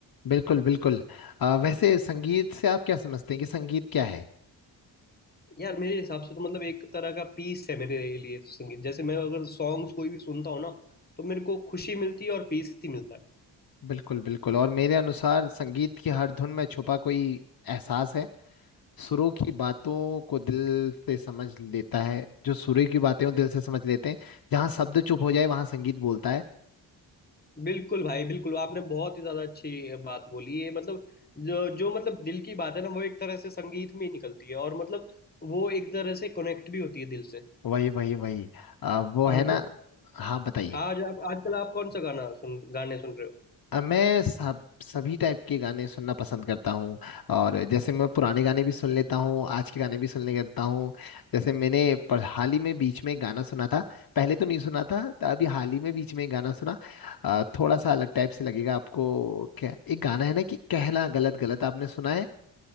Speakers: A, on the left (about 50°); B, on the left (about 20°).
A: बिल्कुल बिल्कुल अ, वैसे संगीत से आप क्या समझते हैं कि संगीत क्या है
B: यार मेरे हिसाब से तो मतलब एक तरह का पीस है मेरे लिए तो संगीत जैसे मैं अगर सॉन्ग्स कोई भी सुनता हूँ ना तो मेरे को खुशी मिलती है और पीस ही मिलता है
A: बिल्कुल बिल्कुल और मेरे अनुसार संगीत की हर धुन में छुपा कोई एहसास है सुरों की बातों को दिल से समझ लेता है जो सुरों की बातें हो दिल से समझ लेते हैं जहाँ शब्द चुप हो जाए वहाँ संगीत बोलता है
B: बिल्कुल भाई बिल्कुल आपने बहुत ही ज्यादा अच्छी बात बोली है मतलब जो जो मतलब दिल की बात है ना वो एक तरह से संगीत में ही निकलती है और मतलब वो एक तरह से कनेक्ट भी होती है दिल से
A: वही वही वही अ, वो
B: हाँ
A: है ना
B: ब्रो
A: हाँ बताइए
B: आज आप आजकल आप कौन सा गाना सुन गाने सुन रहे हो
A: अ, मैं सब सभी टाइप के गाने सुनना पसंद करता हूँ और जैसे मैं पुराने गाने भी सुन लेता हूँ आज के गाने भी सुन लेता हूँ जैसे मैंने पर हाल ही में बीच में एक गाना सुना था पहले तो नहीं सुना था तो अभी हाल ही में बीच में एक गाना सुना अ, थोड़ा सा अलग टाइप से लगेगा आपको क्या एक गाना है ना कि कहना गलत गलत आपने सुना है